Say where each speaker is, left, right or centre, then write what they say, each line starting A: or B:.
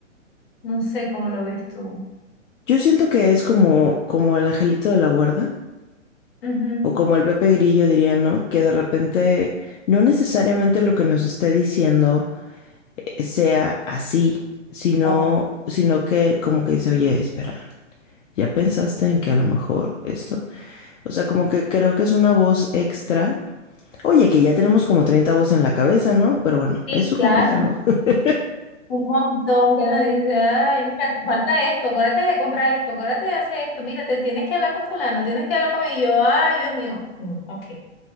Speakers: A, on the left; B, on the left.
A: No sé cómo lo ves tú.
B: Yo siento que es como, como el angelito de la guarda,
A: Ujú.
B: o como el Pepe Grillo diría, ¿no? Que de repente no necesariamente lo que nos esté diciendo eh, sea así, sino,
A: Ok.
B: sino que como que dice, oye, espera. ¿Ya pensaste en que a lo mejor esto? O sea, como que creo que es una voz extra. Oye, que ya tenemos como 30 voces en la cabeza, ¿no? Pero bueno,
A: Sí,
B: eso como
A: claro.
B: otro. <laughs>
A: Un montón que nos dice, ay, mira, te falta esto, acuérdate de comprar esto, acuérdate de hacer esto, mira, te tienes que hablar con fulano, tienes que hablar con y yo, ay, Dios mío. No, ok.